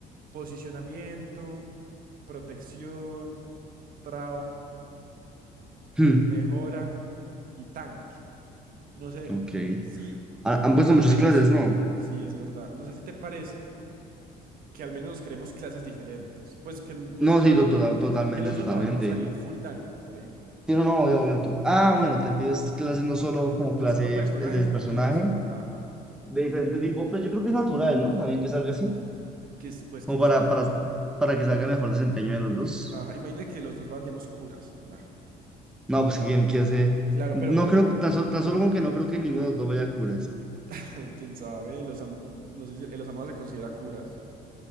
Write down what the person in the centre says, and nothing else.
<clears throat> Hmm,
Ok.
Ha- Han puesto
muchas
clases, ¿no?
No,
sí,
to- total, totalmente,
totalmente.
Sí, no, no, yo yo to- Ah, bueno, te refieres clases no solo como
clase
eh, de
personaje,
de diferente tipo, pues yo creo que es natural, ¿no? También que salga así,
como
para,
para, para que salga mejor desempeño de los dos.
No,
pues
que, que hace...
No
creo, tan, so- tan solo como que no creo que ninguno de los dos vaya a curas.